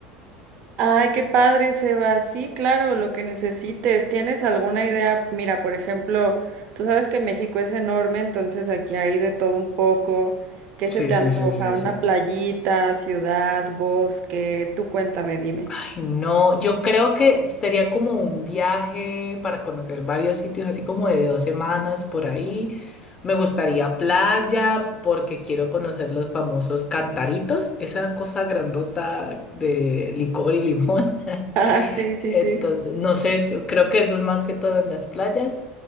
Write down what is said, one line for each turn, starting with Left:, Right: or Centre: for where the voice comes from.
Right: Ay, qué padre, Sebas. Sí, claro, lo que necesites. ¿Tienes alguna idea? Mira, por ejemplo, tú sabes que México es enorme, entonces aquí hay de todo un poco. ¿Qué
Left: Sí,
Right: se te
Left: sí,
Right: antoja?
Left: sí, sí,
Right: ¿Una
Left: sí.
Right: playita, ciudad, bosque? Tú cuéntame, dime.
Left: Ay,
Right: <laughs>
Left: no, yo creo que sería como un viaje para conocer varios sitios, así como de dos semanas por ahí. Me gustaría playa porque quiero conocer los famosos cantaritos, esa cosa grandota de licor y limón.
Right: Ah, sí,
Left: <laughs> Entonces,
Right: sí, sí.
Left: no sé, es- creo que eso es más que todo en las playas.